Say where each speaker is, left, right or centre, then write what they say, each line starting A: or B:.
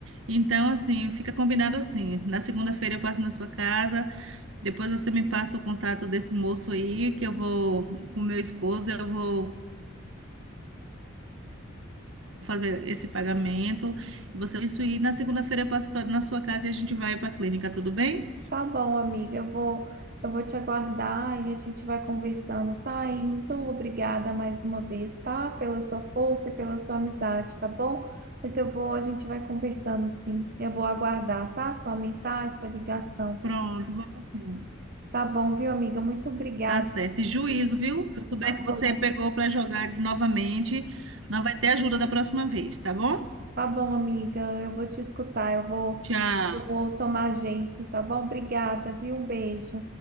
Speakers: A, on the right (about 70°); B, on the right (about 45°).
A: Então, assim, fica combinado assim. Na segunda-feira eu passo na sua casa, depois você me passa o contato desse moço aí, que eu vou, com meu esposo, eu vou fazer esse pagamento. E Você isso e na segunda-feira eu passo pra- na sua casa e a gente vai para a clínica, tudo bem?
B: Tá bom, amiga. Eu vou, eu vou te aguardar e a gente vai conversando, tá? E muito obrigada mais uma vez, tá? Pela sua força e pela sua amizade, tá bom? Mas eu vou, a gente vai conversando, sim. Eu vou aguardar, tá? Sua mensagem, sua ligação.
A: Pronto, vamos sim.
B: Tá bom, viu, amiga? Muito obrigada.
A: Tá certo. E juízo, viu? Se eu souber
B: Tá
A: que você
B: bom,
A: pegou para jogar de- novamente, não vai ter ajuda da próxima vez, tá bom?
B: tá bom, amiga. Eu vou te escutar, eu vou,
A: Tchau.
B: eu vou tomar jeito, tá bom? Obrigada, viu? Um beijo.